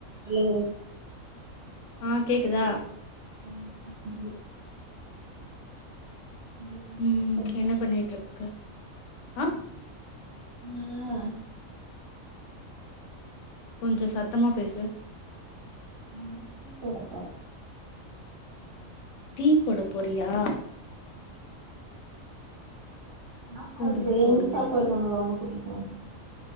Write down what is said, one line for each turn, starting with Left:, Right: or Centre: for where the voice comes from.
Right: hello
Left: ஆ கேக்குதா
Right: ஆமா கேக்குது உங்களுக்கு
Left: ம் என்ன
Right: <inaudible>
Left: பண்ணிட்ருக்க
Right: ம்
Left: ஆ
Right: ஆனா
Left: கொஞ்சோ சத்தமா
Right: என்ன பண்றீங்க
Left: பேசு
Right: நான் வந்து டீ போடப்போறே
Left: டீ போடப் போறியா
Right: ஆமா என்ன <unintelligible>
Left: போடுங்க
Right: எந்த
Left: போடுங்க
Right: சாப்பாடு உனக்கு ரொம்ப புடிக்கு